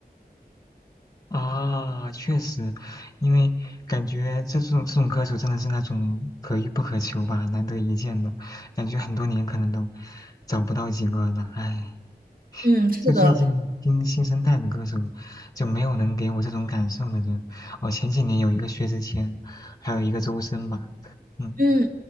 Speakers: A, on the left; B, on the right.
A: 啊，确实，因为感觉这种这种歌手真的是那种可遇不可求吧，难得一见的，感觉很多年可能都找不到几个了。唉，
B: 嗯，是的，
A: 就最近听新生代的歌手，就没有能给我这种感受的人。哦，前几年有一个薛之谦，还有一个周深吧。嗯
B: 嗯，